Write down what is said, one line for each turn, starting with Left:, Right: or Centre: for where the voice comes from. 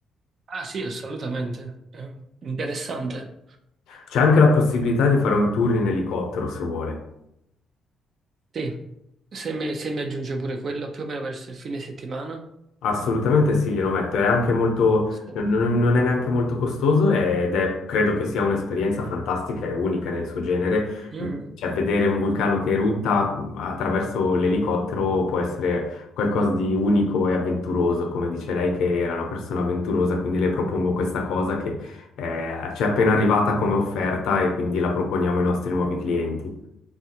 Right: Ah sì, assolutamente, Eh, interessante.
Left: C'è anche la possibilità di fare un tour in elicottero se vuole.
Right: Sì, se mi, se mi aggiunge pure quello più o meno verso il fine settimana.
Left: Assolutamente sì, glielo metto, è anche molto,
Right: Sì.
Left: non, non- non è neanche molto costoso ed è, credo che sia un'esperienza fantastica e unica nel suo genere,
Right: Mm,
Left: cioè vedere un vulcano che erutta attraverso l'elicottero può essere qualcosa di unico e avventuroso, come dice lei che era una persona avventurosa, quindi le propongo questa cosa che eh, ci è appena arrivata come offerta e quindi la proponiamo ai nostri nuovi clienti.